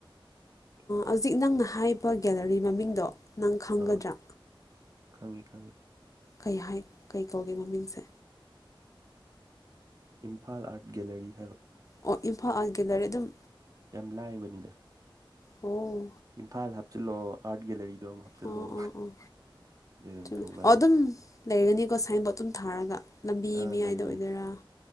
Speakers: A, on the right; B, on the left.
A: ꯑꯣꯀꯦ
B: ꯍꯧꯖꯤꯛ ꯅꯪꯅ ꯍꯥꯏꯔꯤꯕ ꯒꯦꯂꯔꯤ ꯃꯃꯤꯡꯗꯣ ꯅꯪ ꯈꯪꯒꯗ꯭ꯔꯥ
A: ꯑꯥ ꯈꯪꯉꯤ ꯈꯪꯉꯤ
B: ꯀꯩ ꯍꯥꯏ ꯀꯩ ꯀꯧꯒꯦ ꯃꯃꯤꯡꯁꯦ
A: ꯏꯝꯐꯥꯜ ꯑꯥꯔꯠ ꯒꯦꯂꯔꯤ ꯍꯥꯏꯕ
B: ꯑꯣ ꯏꯝꯐꯥꯜ ꯑꯥꯔꯠ ꯒꯦꯂꯔꯤ ꯑꯗꯨꯝ
A: ꯌꯥꯝ ꯂꯥꯏꯔꯕꯅꯤꯗ
B: ꯑꯣ
A: ꯏꯝꯐꯥꯜ ꯍꯥꯞꯆꯤꯜꯑꯣ ꯑꯥꯔꯠ ꯒꯂꯔꯤꯗꯣ ꯑꯃ ꯍꯥꯞꯆꯤꯜꯂꯣ
B: ꯑꯣ ꯑꯣ ꯑꯣ
A: ꯑꯗꯩ ꯑꯗꯨꯝ
B: ꯑꯣ
A: ꯊꯣꯛꯂꯛꯑꯅꯤ
B: ꯑꯗꯨꯝ ꯂꯩꯔꯅꯤꯀꯣ ꯁ꯭ꯋꯥꯥꯏꯟ ꯕꯣꯠ ꯑꯗꯨꯝ ꯊꯥꯔꯒ ꯂꯝꯕꯤ
A: ꯑꯥ
B: ꯃꯌꯥꯏꯗ
A: ꯂꯩꯕꯅꯦ
B: ꯑꯣꯏꯗꯣꯏꯔꯥ ꯑꯣ